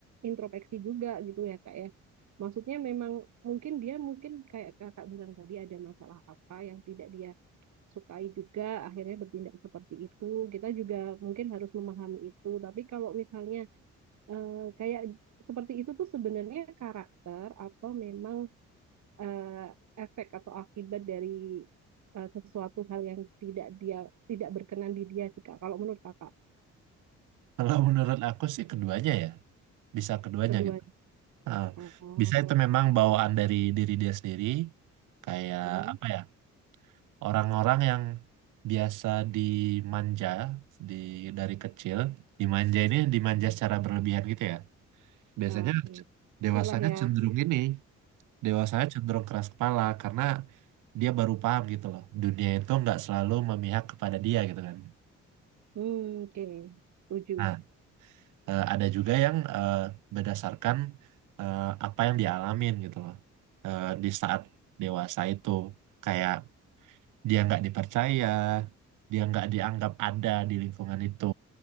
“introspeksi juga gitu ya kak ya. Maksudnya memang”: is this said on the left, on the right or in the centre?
Right